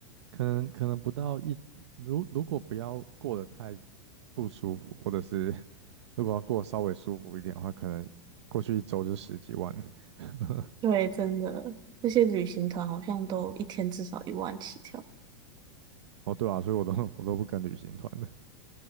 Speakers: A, on the right; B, on the right.
A: 可能可能不到一，如如果不要过得太不舒服，或者是 <laughs> 如果要过得稍微舒服一点的话，可能过去一周就十几万。<laughs>
B: 对，真的，那些旅行团好像都一天至少一万起跳。
A: 哦，对啊，所以我都我都不跟旅行团的，